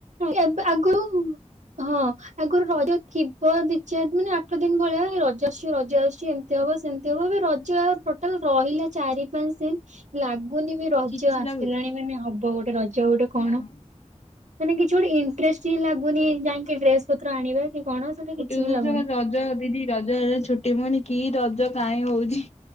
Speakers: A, on the right (about 70°); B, on the left (about 60°).
A: ଏବେ ଆଗରୁ ହଁ। ଆଗରୁ ରଜ ଥିବ ଦି ଚାରି ଦିନ ଆଠ ଦିନ ଭଳିଆ ରଜ ଆସୁଛି ରଜ ଆସୁଛି ଏମତି ହବ ସେମିତି ହବ। ଏବେ ରଜ ଆଉ ଟୋଟାଲ ରହିଲା ଚାରି ପାଞ୍ଚ ଦିନ ଲାଗୁନି ରଜ
B: କିଛି
A: ଆସିଲାଣି
B: ଲାଗୁଛି
A: ମାନେ ହବ ଗୋଟେ ରଜ ଗୋଟେ
B: ସେୟା
A: କଣ
B: ନୁହଁ।
A: ମାନେ କିଛି ଗୋଟେ ଇଣ୍ଟରେଷ୍ଟ ହଁ ଲାଗୁନି ଯାଇକି ଡ୍ରେସ ପତ୍ର ଆଣିବା କି କଣ ସେଟା
B: ମୋ
A: କିଛି
B: ଟିଉସନ
A: ବି ଲାଗୁନି।
B: ଛୁଆ ଖାଲି ରଜ ଦିଦି ରଜ ଛୁଟି। ମୁଁ କହିଲି କି ର ଜ କାଇଁ ହଉଛି।